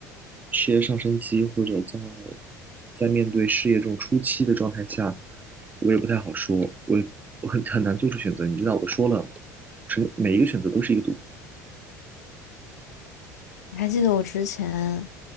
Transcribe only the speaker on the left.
你还记得我之前